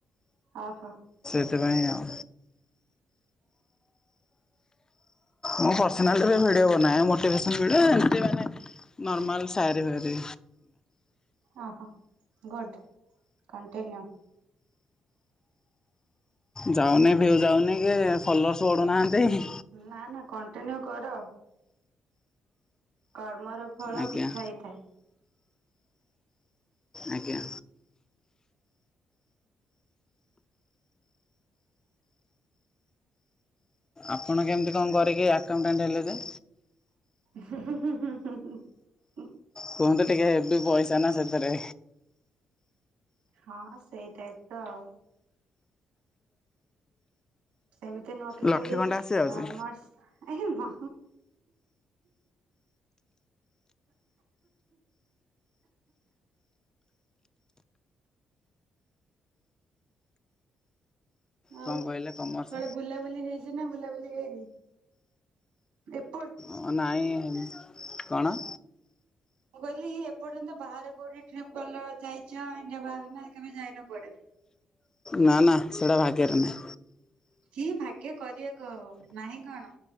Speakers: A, on the right (about 90°); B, on the left (about 30°).
A: ଅ ହ।
B: ସେଥିପାଇ ଆଉ ମୁଁ ପର୍ସନାଲ୍ ରେ ଭିଡ଼ିଓ ବନାଏ ମୋଟିଭେସନ୍ ଭିଡ଼ିଓ ଏମତି ମାନେ ନର୍ମାଲ୍ ସାଆରୀ ଫାଏରି।
A: ଓହୋ ଗୁଡ୍ କଣ୍ଟିନ୍ୟୁ।
B: ଯାଉନି ଭିଉ ଯାଉନି କି ଫଲୋର୍ସ ବଢ଼ୁନାହାଁନ୍ତି।
A: ନା ନା କଣ୍ଟିନ୍ୟୁ କର କର୍ମର ଫଳ
B: ଆଜ୍ଞା।
A: ମିଠା ହେଇଥାଏ।
B: ଆଜ୍ଞା ଆପଣ କେମିତି କଣ କରିକି ଆକାଉଣ୍ଟାଣ୍ଟ ହେଲେ ଯେ।
A: ହୁଁ ହୁଁ ହୁଁ ଉଁ।
B: କୁହନ୍ତୁ ଟିକେ ହେବି ପଇସ ଚନା ସେତରେ।
A: ହଁ ସେଇ ଟାଇପ୍ ତ ଅ ଏମିତି ନୁହଁ କି
B: ଲକ୍ଷେ
A: ଖାଲି
B: ଖଣ୍ଡେ ଆସିଯାଉଛି
A: କମର୍ସ୍ ଏହ ମା ଆଉ
B: କଣ କହିଲେ କମର୍ସ
A: କୁଆଡେ ବୁଲା ବୁଲି ହେଇଛି। ନା ବୁଲାବୁଲି ହେଇନି ଏପ୍
B: ଓ ନାହିଁ। କଣ।
A: ମୁଁ କହିଲି ଏପର୍ଯ୍ୟନ୍ତ ବାହାରେ କୋଉଠି ଟ୍ରିପ ଗଲ ଯାଇଛ ଇଣ୍ଡିଆ ବାହାରେ ନା କେବେ ଯାଇନ କୁଆଡେ।
B: ନା ନା ସେଇଟା ଭାଗ୍ୟରେ ନାହିଁ।
A: କି ଭାଗ୍ୟ କରିବାକୁ ହବ। ନାହିଁ କଣ